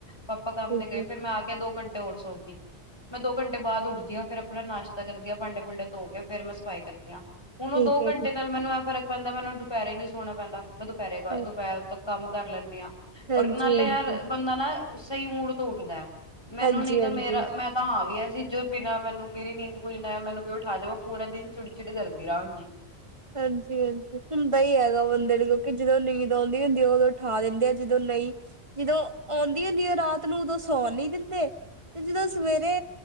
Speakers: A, on the left; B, on the right.
A: ਪਾਪਾ ਕੰਮ
B: ਠੀਕ
A: ਤੇ ਗਏ
B: ਹੈ,
A: ਫ਼ਿਰ ਮੈਂ ਆ ਕੇ ਦੋ ਘੰਟੇ ਹੋਰ ਸੋ ਗਈ। ਮੈਂ ਦੋ ਘੰਟੇ ਬਾਅਦ ਉੱਠਦੀ ਹਾ ਫਿਰ ਆਪਣਾ ਨਾਸ਼ਤਾ ਕਰਦੀ ਭਾਂਡੇ-ਭੂੰਡੇ ਧੋ ਕੇ ਫ਼ਿਰ ਮੈਂ ਸਫ਼ਾਈ ਕਰਦੀ ਆ। ਹੁਣ
B: ਠੀਕ
A: ਉਹ ਦੋ
B: ਹੈ
A: ਘੰਟੇ
B: ਜੀ,
A: ਨਾਲੈ ਮੈਨੂੰ ਆਏ ਫਰਕ ਪੈਂਦਾ ਮੈਂ ਦੁਪਹਿਰੇ ਨਹੀਂ ਸੋਣਾ ਪੈਦਾ ਮੈਂ ਦੁਪਹਿਰੇ-ਦੁਪਹਿਰ
B: ਹਾਂ
A: ਕੰਮ ਕਰ ਲੈਂਦੀ ਹਾਂ
B: ਹਾਂਜੀ,
A: ਔਰ ਨਾਲੇ
B: ਹਾਂਜੀ।
A: ਯਾਰ ਬੰਦਾ ਨਾ ਸਹੀ ਮੂੜ ਤੋਂ ਉੱਠਦਾ ਮੈਨੂੰ
B: ਹਾਂਜੀ,
A: ਨੀ ਤਾਂ
B: ਹਾਂਜੀ,
A: ਮੇਰਾ ਮੈਂ ਤਾਂ ਹਾਂ ਵੀ ਅਸੀਂ ਜੋ ਬਿਨਾਂ ਮੈਨੂੰ ਮੇਰੀ ਨੀਂਦ ਪੂਰੀ ਨਾ ਮੈਨੂੰ ਕੋਈ ਉਠਾ ਦੇ ਉਹ ਪੂਰਾ ਦਿਨ ਚਿੜੀ-ਚਿੜੀ ਕਰਦੀ ਰਹਾਂਗੀ।
B: ਹਾਂਜੀ-ਹਾਂਜੀ ਹੁੰਦਾ ਹੀ ਐਗਾ ਬੰਦੇ ਨੂੰ ਕਿਉਂਕਿ ਜਦੋਂ ਨੀਂਦ ਆਉਂਦੀ ਹੁੰਦੀ ਉਦੋਂ ਉਠਾ ਦਿੰਦੇ ਜਦੋਂ ਨਹੀਂ ਜਦੋਂ ਆਉਂਦੀ ਹੁੰਦੀ ਰਾਤ ਨੂੰ ਉਦੋਂ ਸੌਣ ਨੀ ਦਿੰਦੇ ਤੇ ਜਦੋਂ ਸਵੇਰੇ